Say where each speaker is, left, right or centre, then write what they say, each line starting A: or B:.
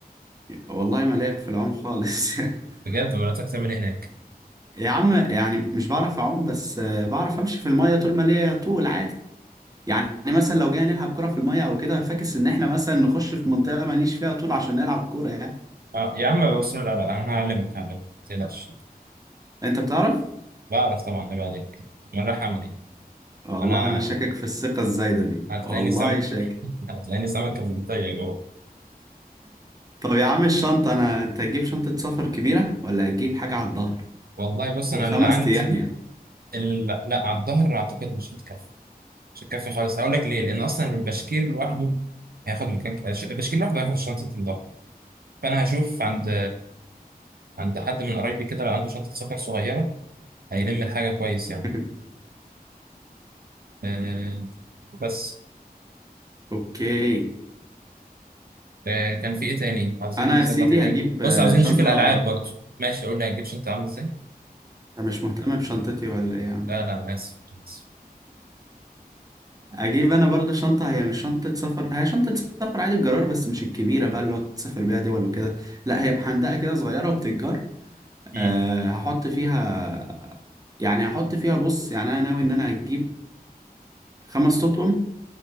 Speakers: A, on the right (about 20°); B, on the right (about 70°).
A: والله ما ليا في العوم خالص <laughs>
B: بجد ولا تعرف تعمل إيه هناك؟
A: يا عم يعني مش بعرف أعوم بس آه بعرف أمشي في المية طول ما ليا طول عادي يعني مثلا لو جينا نلعب كرة في المية او كده فاكس ان احنا مثلا نخش في منطقة ماليش فيها طول عشان نلعب كورة يعني
B: أه يا عم بص لا لا أنا هعلمك هعلمك ما تقلقش
A: انت بتعرف
B: بعرف طبعا عيب عليك أنا رايح أعمل إيه؟
A: والله
B: أنا
A: انا شاكك في الثقة الزايدة دي
B: هتلاقيني
A: والله
B: سمك
A: شاكك
B: <laughs> هتلاقيني سمكة بلطية جوه
A: طب يا عم الشنطة انا انت هتجيب شنطة سفر كبيرة ولا هتجيب حاجة على الظهر
B: والله بص أنا
A: الخمس
B: اللي عندي
A: ايام يعني
B: اللي... لا على الظهر أعتقد مش هتكفي مش هتكفي خالص أقول لك ليه لأن أصلا البشكير لوحده هياخد مكان البشكير لوحده هياخد شنطة الظهر فأنا هشوف عند عند حد من قرايبي كده لو عنده شنطة سفر صغيرة هيلم الحاجة كويس
A: <laughs>
B: يعني آه بس
A: اوكي
B: آه كان في إيه تاني عايزين
A: انا
B: نظبط
A: يا سيدي
B: إيه تاني
A: هجيب آه،
B: بص عايزين
A: شنطة
B: نشوف الألعاب برضه ماشي قول لي هتجيب شنطة عاملة إزاي
A: انا مش مهتم بشنطتي ولا ايه يا عم
B: لا لا أنا آسف أنا آسف
A: اجيب انا برضه شنطة هي مش شنطة سفر هي شنطة سفر عادي بجرار بس مش الكبيرة بقى اللي هو تسافر بيها دول وكده لا هي محندقة كده صغيرة وبتتجر
B: مم.
A: أه هحط فيها يعني هحط فيها بص يعني انا ناوي ان انا اجيب خمس تطقم